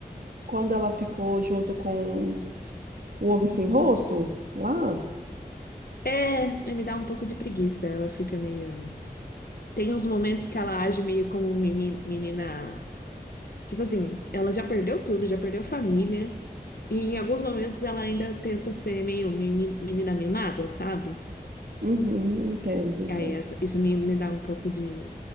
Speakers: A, on the right (about 65°); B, on the left (about 70°).
A: quando ela ficou junto com O Homem Sem Rosto? Lá?
B: É, e me dá um pouco de preguiça. Ela fica meio. Tem uns momentos que ela age meio como meni- menina. Tipo assim, ela já perdeu tudo, já perdeu família. E em alguns momentos ela ainda tenta ser meio meni- menina mimada, sabe?
A: Uhum, entendo, entendo.
B: E aí essa- isso me, me dá um pouco de.